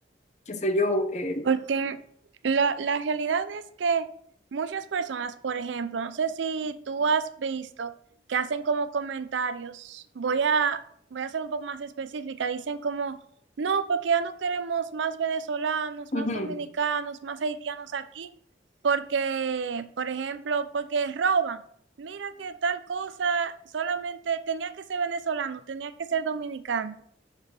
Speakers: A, on the left; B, on the right.
A: qué sé yo, eh,
B: Porque la, la realidad es que muchas personas, por ejemplo, no sé si tú has visto que hacen como comentarios, voy a, voy a ser un poco más específica, dicen como, no, porque ya no queremos más venezolanos,
A: ujú,
B: más dominicanos, más haitianos aquí, porque, por ejemplo, porque roban. Mira que tal cosa solamente tenía que ser venezolano, tenía que ser dominicano